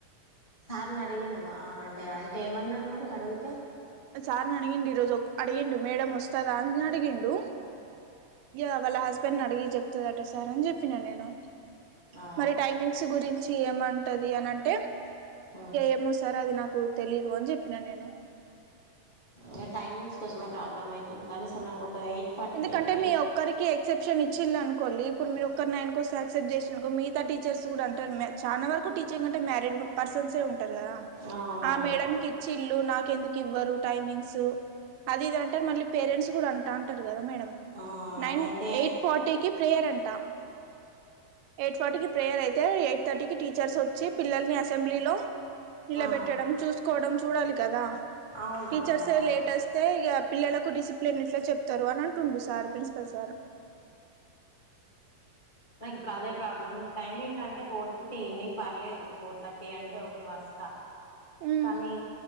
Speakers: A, on the left; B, on the right.
A: స అడిగినవా అ అంటే అంటే ఏమన్నడు మరి అడుగుతే
B: సార్ నడిగిండు ఇరోజు ఒక్ అడిగిండు మేడమేస్తదా అని అడిగిండు ఇగ వాళ్ళ హస్బెండ్ ని అడిగి చెప్తదట సార్ అని చెప్పిన నేను
A: ఆ ఆ
B: మరి టైమింగ్స్ గురించి ఏమంటది అని అంటే
A: ఉమ్
B: ఏమో సార్ అది నాకు తెలీదు అని చెప్పిన నేను
A: గా టైమింగ్స్ కోసమే ప్రాబ్లమ్ అయితుంది కానీసం నాకు ఒక ఎయిట్ ఫార్టీ
B: ఎందుకంటే
A: ఫైవ్ ఎయిట్
B: మీ ఒక్కరికి ఎక్సెప్షన్ ఇచ్చిల్లనుకొల్లి ఇప్పుడు మీరు ఒక్కరు నైన్ కోస్తె అక్సెప్ట్ చేసిలనుకో మీ గత టీచర్స్ కూడా అంటారు మ్ చాలా వరకు టీచింగ్ అంటే మ్యారీడ్ పర్సన్స్ే ఉం టరు కదా
A: అవునవును
B: ఆ మేడం కిచ్చిల్లు నాకు ఎందుకు ఇవ్వరు టైమింగ్స్ అది ఇదంటర్ మళ్ళి పేరెంట్స్ కూడా అంటా అంటారు కదా మేడం
A: ఆ
B: నైన్
A: అయితే
B: ఎయిట్ ఫార్టీకి ప్రేయర్ అంటా ఎయిట్ ఫర్టీ కి ప్రేయర్ అయితే ఎయిట్ థర్టీకి టీచర్స్ వచ్చి పిల్లల్ని అసెంబ్లీలో నిలబెట్టడం
A: ఆ
B: చూసుకోవడం చూడాలి కదా
A: అవునవునవును
B: టీచర్స్ లేట్ వస్తే ఇగ పిల్లలకు డిసిప్లిన్ ఎట్లా చెప్ ప్తారు అని అంటుండు సార్ ప్రిన్సిపల్ సార్
A: నాకు ఇప్పుడు అదే ప్రాబ్లం టైమింగ్ అంటే ఫోర్ థర్టీ ఈవినింగ్ పర్లేదు ఫోర్ థర్టీ అంటే ఓకే వస్తా
B: ఉమ్
A: కనీ